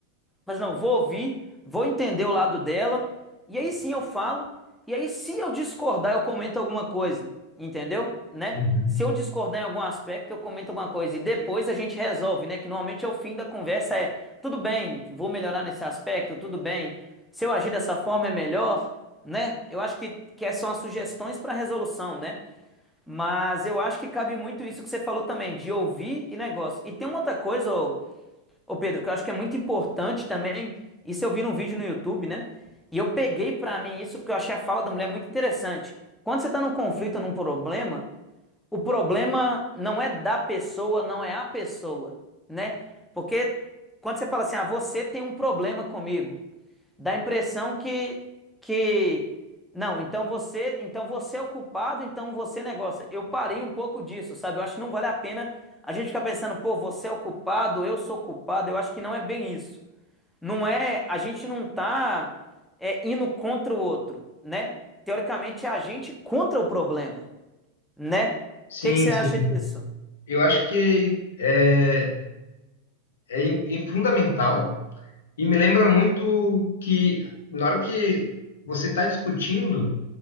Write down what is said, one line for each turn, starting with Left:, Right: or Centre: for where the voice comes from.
Centre: Mas não, vou ouvir, vou entender o lado dela, e aí sim eu falo, e aí se eu discordar, eu comento alguma coisa, entendeu? Né?
Left: uhum.
Centre: Se eu discordar em algum aspecto, eu comento alguma coisa, e depois a gente resolve, né? Que normalmente é o fim da conversa, é tudo bem, vou melhorar nesse aspecto, tudo bem, se eu agir dessa forma é melhor, né? Eu acho que, que essas são as sugestões para resolução, né? Mas eu acho que cabe muito isso que você falou também, de ouvir e negócio. E tem uma outra coisa, ô, Ô Pedro, que eu acho que é muito importante também, isso eu vi num vídeo no YouTube, né? E eu peguei pra mim isso porque eu achei a fala da mulher muito interessante. Quando você tá num conflito, num problema, o problema não é da pessoa, não é a pessoa, né? Porque quando você fala assim, ah, você tem um problema comigo, dá a impressão que, que não, então você, então você é o culpado, então você negócio. Eu parei um pouco disso, sabe? Eu acho que não vale a pena a gente ficar pensando, pô, você é o culpado, eu sou culpado. Eu acho que não é bem isso. Não é, a gente não tá é, indo contra o outro, né? Teoricamente é a gente contra o problema né?
Left: Sim,
Centre: O que que você
Left: sim.
Centre: acha disso?
Left: Eu acho que é, é, im- im- fundamental e me lembra muito que na hora que você está discutindo,